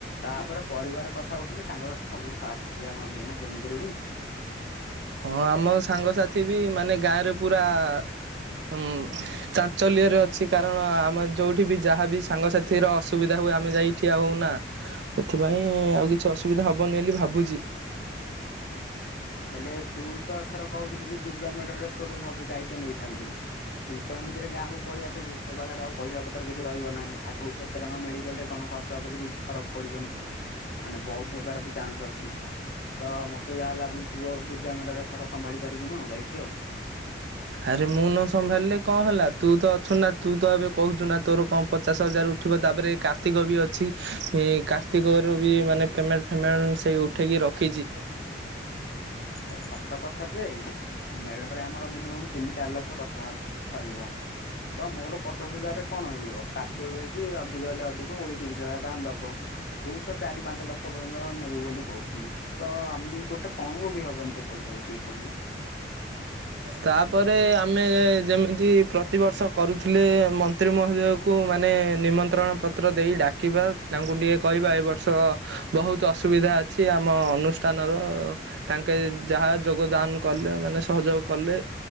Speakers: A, on the left (about 55°); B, on the right (about 65°).
A: ତାପରେ ପରିବାର କଥା ଥା ଉଠିଲେ ସାଙ୍ଗସାଥି ସବୁଠୁ ଫାଷ୍ଟ ଠିଆ ହୁଅନ୍ତି ନା ସେମିତିରେ ବି।
B: ହଁ ଆମ ସାଙ୍ଗସାଥି ବି ମାନେ ଗାଁରେ ପୁରା ହୁଁ ଚାଞ୍ଚଲ୍ୟରେ ଅଛି କାରଣ ଯୋଉଠି ବି ଯାହା ବିି ସାଙ୍ଗସାଥି ର ଅସୁବିଧା ହୁଏ ଆମେ ଯାଇ ଠିଆ ହଉନା ସେଥି ପାଇଁ ଆଉ କିଛି ଅସୁବିଧା ହବନି ବୋଲି ଭାବୁଛି।
A: ହେଲେ ତୁ ତ ଏଥର କହୁଥିଲୁ ଯେ ଦୁର୍ଗା ମେଢରେ ତୋର ସବୁ ଦାୟିତ୍ୱ ନେଇଥାନ୍ତୁ। ତୁ ତ ଏମିତିରେ ଗାଁକୁୁ ପଳେଇ ଆସିବୁ ତୋ ପାଖରେ ଆଉ ପଇସା ପତ୍ର କିଛି ରହିବ ନାହିଁ। ଆଗକୁ କେତେ ଟଙ୍କା ମେଡିକାଲ ରେ କଣ ଖର୍ଚ ହବ କିଛି ଫରକ ପଡିବନି। ମାନେ ବହୁତ୍ ହେବାର ବି ଚାନ୍ସ ଅଛି ତ ମତେ ଯାହା ଲାଗୁ ତୁ ଆଉ ଦୁର୍ଗା ମେଢରେ ଏଥର ସମ୍ଭଳି ପାରିବୁନୁ ଦାୟିତ୍ୱ
B: ଆରେ ମୁଁ ନ ସମ୍ଭାଳିଲେ କଣ ହେଲା ତୁ ତ ଅଛୁ ନା ତୁ ତ ଏବେ କହୁଛୁ ନା ତୋର କଣ ପଚାଶ ହଜାର ଉ ଠିବ ତାପରେ କାର୍ତ୍ତିକ ବି ଅଛି କାର୍ତ୍ତିକ ର ବି ମାନେ ପେମେଣ୍ଟ ଫେମେନ୍ଟ ସେଇ ଉ ଠେଇକି ରଖିଛି।
A: ଆରେ ସତ କଥା ଯେ ମେଢରେ ଆମର ମିନିମମ୍ ତିନି ଚାରି ଲକ୍ଷ କଥା ସରିବ। ତ ମୋର ପଚାଶ ହଜାରରେ କଣ ହେଇଯିବ <unintelligible> ଅଧିକ ହେଲେ ଅଧିକ କୋଡିଏ ତିରିଶ ହଜାର ଟଙ୍କା ଦବ। ତୁ ତ ଚାରି ପାଞ୍ଚ ଲକ୍ଷ ପର୍ଯ୍ୟନ୍ତ ନେବୁ ବୋଲି କହୁଥିଲୁ। ତ ଆମକୁ ଗୋଟେ କଣକୁ ବି ହବନି ତୁ ପଇସା ଯେତିକି କହିଲୁ
B: ତାପରେ ଆମେ ଯେମିତି ପ୍ରତିବର୍ଷ କରୁଥିଲେ ମ ମନ୍ତ୍ରୀ ମହୋଦୟକୁ ମାନେ ନିମନ୍ତ୍ରଣ ପତ୍ର ଦେଇ ଡାକିବା ତାଙ୍କୁ ଟିକଏ କହିବା ଏ ବର୍ଷ ବହୁତ ଅସୁବିଧା ଅଛି ଆମ ଅନୁଷ୍ଠାନର ତାଙ୍କେ ଯାହା ଯୋଗଦାନ କଲେ ମାନେ ସହଯୋଗ କଲେ